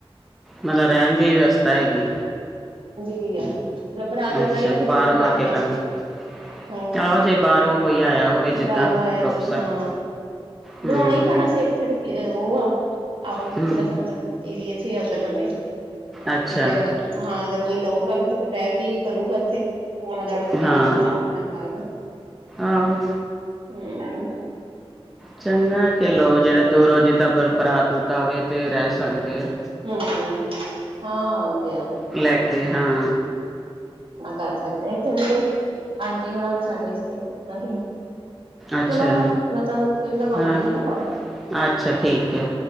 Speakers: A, in the centre; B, on the right.
A: ਮਤਲਬ ਰਹਿਣ ਦੀ ਵਿਵਸਥਾ ਹੈਗੀ
B: ਮਬ ਬਰਾਤ ਉ
A: ਅੱਛਾ
B: ਤਾਂ ਹੀ ਤੇ ਫਿਰ
A: ਬਾਹਰੋਂ
B: ਕਿੱਥੇ ਬਰਾਤ
A: ਆ ਕੇ
B: ਨੇ
A: ਕਰਨਾ
B: ਹਾਂ
A: ਆਹੋ ਜੇ ਬਾਹਰੋਂ ਕੋਈ ਆਇਆ ਹੋਵੇ ਜਿੱਦਾਂ
B: ਬਾਹਰੋਂ ਆਇਆ
A: ਰੁਕ
B: ਕੋਈ
A: ਸਕਦਾ
B: ਹਾਂ
A: ਹੂੰ
B: ਬਣਾਉਣਾ ਹੀ ਪੈਣਾ ਸੇਕ ਫੇਿਰ ਉਹ ਆ ਆਊਟ
A: ਹੂੰ
B: ਥੋੜਾ ਸਾ ਮਤਲਬ ਏਰੀਏ ਚ ਉੱਧਰ ਬਨੀੱ ਤੇ
A: ਅੱਛਾ
B: ਫੇਿਰ ਹਾਂ ਅਗਰ ਕੋਈ ਲਊਗਾ ਵੀ ਤੇ ਫੇਰ ਰਹਿ ਕੇ ਹੀ ਕਰੂਗਾ ਇੱਥੇ ਆਉਣਾ ਜਾਣਾ ਤੇ ਕੋਈ
A: ਹਾਂ
B: ਕਰ ਨ ਬਾਰ-ਬਾਰ
A: ਆਹੋ
B: ਹਮ
A: ਚੰਗਾ ਕਿ ਲੋਗ ਜਿਹੜੇ ਦੋ ਰੋਜ਼ੀ ਤਾਂ ਬਰਾਤ ਉਤ ਆਵੇ ਤੇ ਰਹਿ ਸਕਦੇ ਆ
B: ਹਮ-ਹਮ ਹਾਂ ਤੇ
A: ਲੈ ਕੇ ਹਾਂ,
B: ਕਰ ਸਕਦੇ ਇੱਥੇ ਵੀ ਆਂਟੀ ਉਹਨਾਂ ਨੇ ਸਾਡੇ ਇਸਤੇ ਕੀਤਾ ਸੀ
A: ਅੱਛਾ।
B: ਚਲੋ ਨਾ ਮੈਂ ਤੁਹਾਨੂੰ ਫੇਿਰ ਲਗਾਉਂਦੀ
A: ਹਾਂ,
B: ਨਾ ਕੋਲ
A: ਅੱਛਾ ਠੀਕ ਹੈ